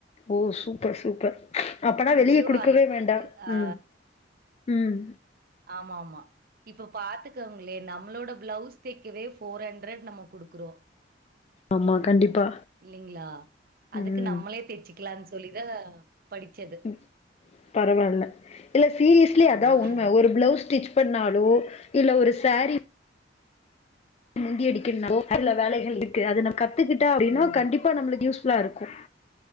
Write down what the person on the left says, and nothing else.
ஓ சூப்பர் சூப்பர் அப்பனா
வெளிய குடுக்கவே
வேண்டா
ம் ம்
ஆமா கண்டிப்பா
ம்
ம் பரவால்ல இல்ல சீரியஸ்லி
அதா உண்ம ஒரு பிளவுஸ் ஸ்டிச் பண்ணாலு இல்ல ஒரு சரி முந்தி அடிக்கணோ அதுல வேலைகள் இருக்கு அது நம் கத்துக்கிட்டா அப்டினனா
கண்டிப்பா நம்ளுக்கு யூஸ் ப்லா இருக்கு